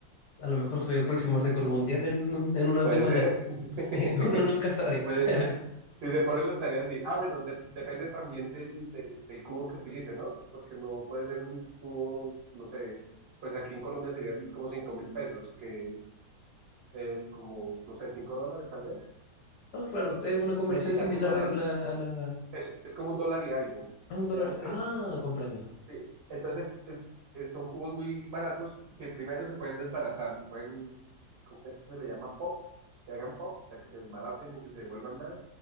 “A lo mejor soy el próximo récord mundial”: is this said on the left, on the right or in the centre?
Left